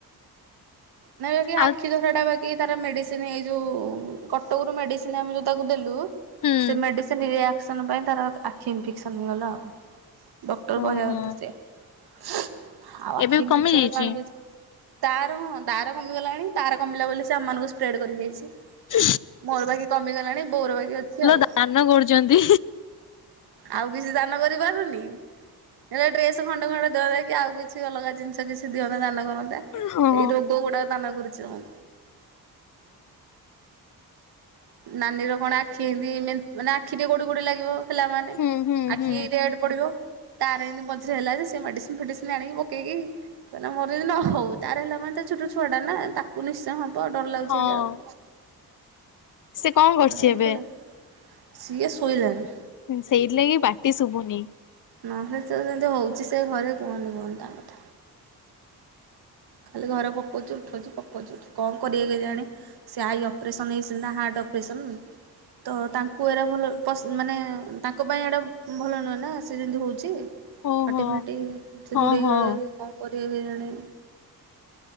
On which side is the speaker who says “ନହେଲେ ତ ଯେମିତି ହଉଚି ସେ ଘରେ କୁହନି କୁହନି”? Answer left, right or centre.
Right